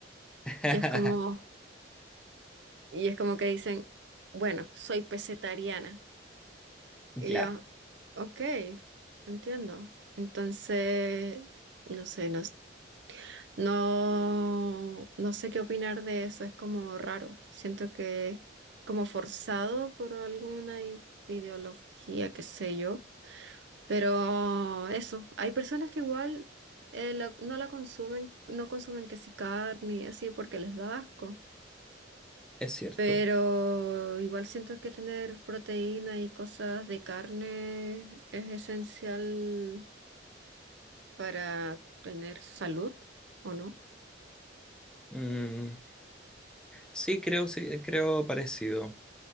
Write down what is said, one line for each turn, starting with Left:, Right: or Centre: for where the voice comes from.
Centre: <laughs>
Right: Y es como... Y es como que dicen, bueno, soy pesetariana.
Centre: Ya,
Right: Y yo, ok, entiendo. Entonces, no sé, no, s- no, no sé qué opinar de eso, es como raro. Siento que es como forzado por alguna i- ideología, qué sé yo. Pero eso, hay personas que igual eh, la- no la consumen, no consumen que si carne, y así porque les da asco.
Centre: es cierto.
Right: Pero igual siento que tener proteína y cosas de carne es esencial para tener salud, ¿o no?
Centre: Mm, sí, creo, sí, creo parecido.